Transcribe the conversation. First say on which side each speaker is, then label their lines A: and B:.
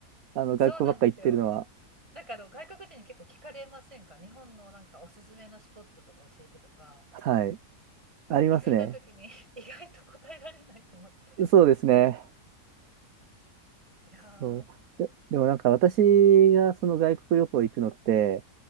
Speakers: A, on the right; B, on the right.
A: あの、外国ばっかり行ってるのは、
B: そうなんですよ。なんかあの外国人に結構聞かれませんか日本のなんかおすすめのスポットとか教えてとか、
A: はい、
B: なんか聞かれた時に
A: ありますね。
B: <laughs> 意外と答えられないと思って。
A: そうですね。
B: いやー、
A: そう。で、でもなんか私がその外国旅行行くのって、